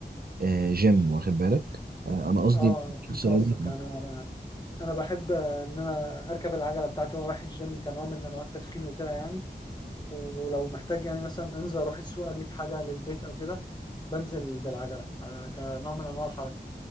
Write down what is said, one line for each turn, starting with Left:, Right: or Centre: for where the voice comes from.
Right: آه، جيم واخد بالك آه، انا قصدي
Left: اه فهمت
Right: شخص رياضي
Left: قصدك يعني انا انا بحب ان انا اركب العجله بتاعتي وانا رايح الجيم كنوع من انواع التسخين وكده يعني ولو محتاج يعني مثلا انزل اروح السوق اجيب حاجه للبيت او كده بنزل بالعجله آه، كنوع من انواع الحركه